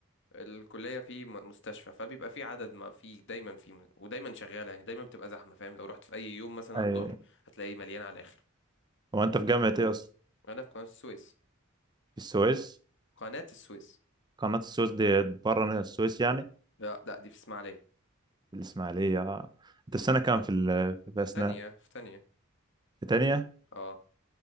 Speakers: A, on the left (about 60°); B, on the right (about 20°).
A: الكلية في م- مستشفى فبيبقى في عدد ما في دايما في ودايما شغالة يعني دايما بتبقى زحمة فاهم لو رحت في أي يوم مثلا
B: ايوه
A: على الظهر هتلاقيه مليان على الآخر
B: هو انت في جامعة ايه اصلا؟
A: أنا في قناة السويس
B: في السويس؟
A: قناة السويس
B: قناة السويس دي بره السويس يعني؟
A: لا لا دي في إسماعيلية
B: في الاسماعيلية آه. انت
A: مم.
B: السنة كام في ال... في
A: في
B: اسنان؟
A: تانية في تانية
B: في تانية؟
A: اه